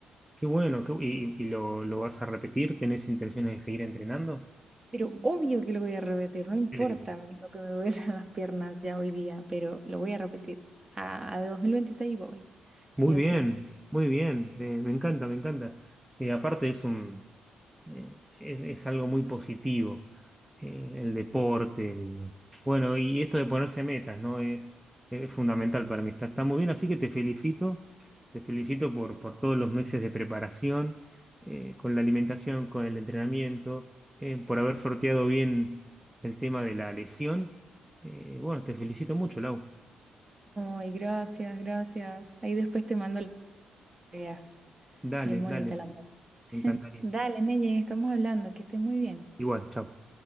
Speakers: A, in the centre; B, on the right (about 20°).
A: Qué bueno, qué bu- ¿y, y lo, lo vas a repetir? ¿Tenés intenciones de seguir entrenando?
B: Pero obvio que lo voy a repetir, no importa
A: Qué lindo.
B: lo que me duelan <laughs> las piernas ya hoy día, pero lo voy a repetir. A, a 2026 voy,
A: Muy
B: sí
A: bien,
B: o sí.
A: muy bien, me, me encanta, me encanta. Eh, aparte es un, eh, es, es algo muy positivo, eh, el deporte, el- bueno, y esto de ponerse metas, ¿no? Es, es fundamental para mí, está, está muy bien, así que te felicito, te felicito por, por todos los meses de preparación, eh, con la alimentación, con el entrenamiento, eh, por haber sorteado bien el tema de la lesión. Eh, bueno, te felicito mucho, Lau.
B: Ay, gracias, gracias. Ahí después te mando lo que veas.
A: Dale,
B: Bien bonita
A: dale,
B: la moda.
A: me encantaría.
B: Dale, Neyen, estamos hablando, que estés muy bien.
A: Igual, chao.